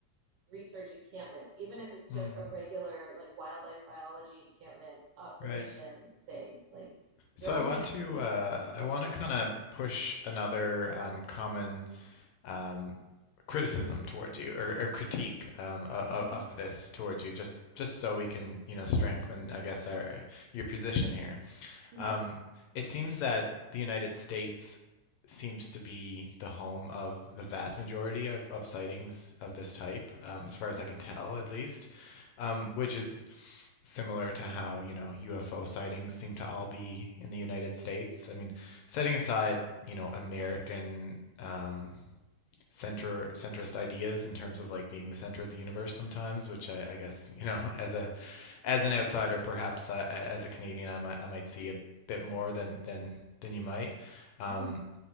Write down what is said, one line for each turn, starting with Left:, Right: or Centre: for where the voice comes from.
Right: research encampments even if it's
Left: Mm.
Right: just a regular like wildlife biology encampment observation
Left: Right.
Right: thing like
Left: So
Right: you're only
Left: I want
Right: going to
Left: to
Right: see
Left: uh,
Right: them oh
Left: I want
Right: go ahead
Left: to kind of push another um, common um, criticism towards you or, or critique um, of,
Right: mm-hmm.
Left: of this towards you just just so we can you know strengthen I guess our your position here.
Right: yeah
Left: Um, it seems that the United States seems to be the home of the vast majority of, of sightings of this type, um, as far as
Right: mm-hmm.
Left: I can tell, at least, um, which is similar to how, you know, UFO sightings seem to all be in the United States. I mean, setting aside, you know, American um, center centrist ideas in terms of like being the center of the universe sometimes, which I, I guess, you know, <laughs> as a as an outsider, perhaps uh, as a Canadian, I might, I might see a bit more than than than you might. Um,
Right: Mm-hmm.